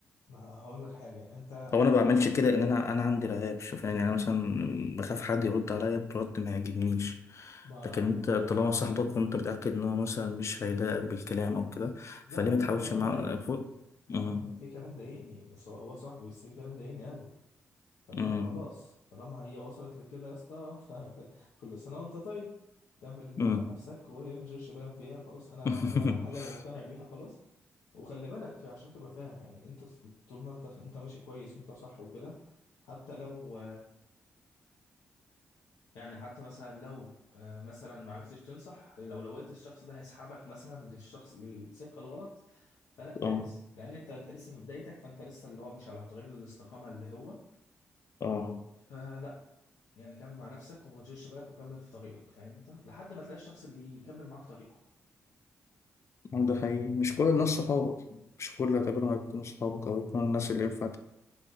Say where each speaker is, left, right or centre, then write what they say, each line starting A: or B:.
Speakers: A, on the left (about 80°); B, on the left (about 55°).
A: ما هقول لك حاجه انت انت
B: هو انا ما بعملش كده ان انا انا عندي رهاب شوف يعني انا مثلا بخاف حد يرد عليا برد ما يعجبنيش
A: ما
B: لكن
A: ما
B: انت
A: هقول
B: طالما
A: لك
B: صاحبك وانت متأكد ان هو مثلا مش هيضايقك بالكلام او كده
A: لا
B: فليه
A: ما
B: ما
A: هو
B: تحاولش
A: في كلام
B: معاه
A: ضايق
B: فوق
A: ما
B: أمم،
A: هو في في كلام ضايقني بس هو هو صاحبي بس في كلام ضايقني قاله فاللي
B: أمم،
A: هو خلاص طالما هي وصلت لكده يا اسطى <laughs> كل سنه وانت طيب كمل انت
B: أمم.
A: مع نفسك وما تشغلش بالك بيها خلاص انا
B: <laughs>
A: انا حاجه انا مقتنع بيها خلاص وخلي بالك عشان تبقى فاهم يعني انت طول ما انت انت ماشي كويس وانت صح وكده حتى لو يعني حتى مثلا لو آه، مثلا ما عرفتش تنصح لو لقيت الشخص ده هيسحبك مثلا للشخص للسكه الغلط فلا فاكس
B: اه
A: لان انت انت لسه في بدايتك فانت لسه اللي هو مش على طريق الاستقامه اللي هو
B: اه
A: فلا يعني كمل مع نفسك وما تشغلش بالك وكمل في طريقك فاهم انت لحد ما تلاقي الشخص اللي يكمل معاك طريقك
B: ده حقيقي مش كل الناس صحابك مش كل اللي هتقابلهم هيكونوا صحابك او يكونوا الناس اللي ينفع